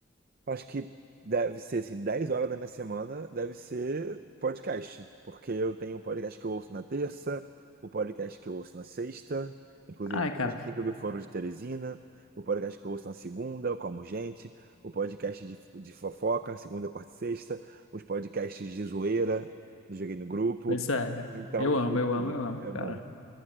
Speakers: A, on the right; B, on the left.
A: Acho que deve ser assim, 10 horas da minha semana deve ser podcast. Porque eu tenho um podcast que eu ouço na terça, o podcast que eu ouço na sexta. Inclusive,
B: Ai, cara,
A: hoje tem que ouvir Foro de Teresina, o podcast que eu ouço na segunda, eu como gente, o podcast de, de fofoca, segunda, quarta e sexta, os podcasts de zoeira, do Joguei no Grupo.
B: pois é, cara.
A: Então,
B: Eu
A: tipo,
B: amo, eu amo, eu amo,
A: é
B: cara.
A: bom.